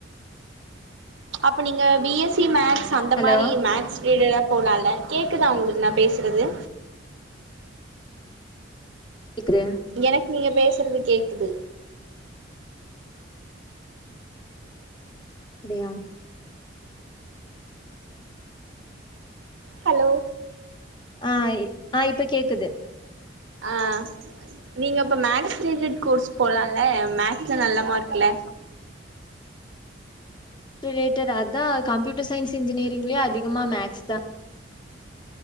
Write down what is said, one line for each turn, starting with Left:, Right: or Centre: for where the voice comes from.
Right: அப்போ நீங்க பிஎஸ்சி மேக்ஸ் அந்த
Left: ஹலோ
Right: மாரி மேக்ஸ் ரிலேடடா போலால்ல கேக்குதா உங்களுக் நா பேசுறது
Left: கேக்குது
Right: எனக் நீங்க பேசுறது கேக்குது
Left: அப்டியா
Right: ஹலோ
Left: ஆய் ஆ இப்ப கேக்குது
Right: ஆ நீங்க அப்ப மேக்ஸ் ரிஜிட் கோர்ஸ் போலால மேக்ஸ்ல நல்ல மார்க்ல்ல
Left: ரிலேட்டட் அதா கம்யூட்டர் சயின்ஸ் இன்ஜினியரிங்க்லயே அதிகமா மேக்ஸ் தா